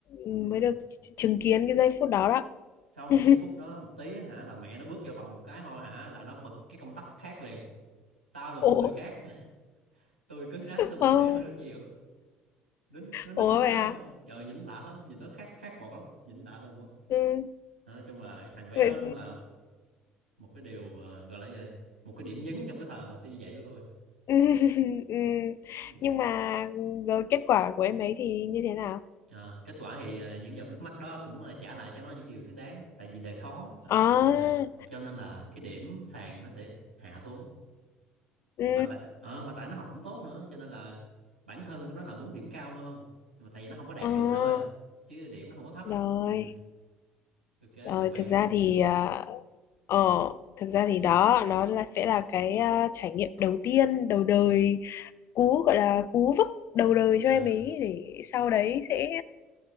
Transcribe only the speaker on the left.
mới
được chứng kiến cái giây phút đó đó
<laughs>
ủa
ồ
ủa
vậy
à
ừ,
vậy
ừ, <laughs> ừ.
nhưng mà rồi kết quả của em ấy thì như thế nào
à
ừ,
à,
rồi
rồi
thực
ra
thì
à, ờ thực ra thì đó nó là sẽ là cái à, trải nghiệm đầu tiên đầu đời cú gọi là cú vấp đầu đời
cho em ấy để sau đấy sẽ